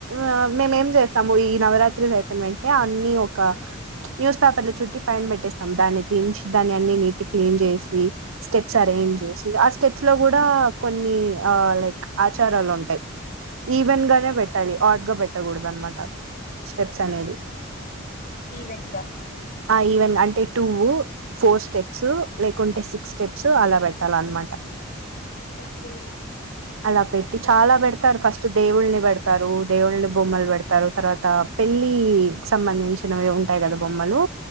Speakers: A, on the right; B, on the left.
A: ఆ మేమేం చేస్తాము ఈ నవరాత్రి అయిపోన వెంట అన్ని ఒక న్యూస్ పేపర్ లో చుట్టి పయైన పెట్టేస్తాం దాన్ని దించి దాని అన్ని నీట్ క్లీన్ చేసి స్టెప్స్ అరేంజ్
B: ఓ
A: చేసి ఆ స్టెప్ స్టెప్ లో గుడా కొన్ని ఆ లైక్ ఆచారాలు ఉంటాయి ఈవెన్
B: ఆహా
A: గానే పెట్టాలి హాట్గా పెట్టకూడదు అనమాట స్టెప్స్ అనేది
B: ఈవెన్ గా
A: ఆ ఈవెన్ అంటే టూ ఫోర్ స్టెప్స్ లేకుంటే సిక్స్ స్టెప్స్ అలా పెట్టాల అన్నమాట
B: ఓకే
A: అలా పెట్టి చాలా పెడతారు ఫస్ట్ దేవుళ్ళని పెడతారు దేవుళ్ళని బొమ్మలు పెడతారు తర్వాత పెళ్లి సంబంధించినవి ఉంటాయి కదా బొమ్మలు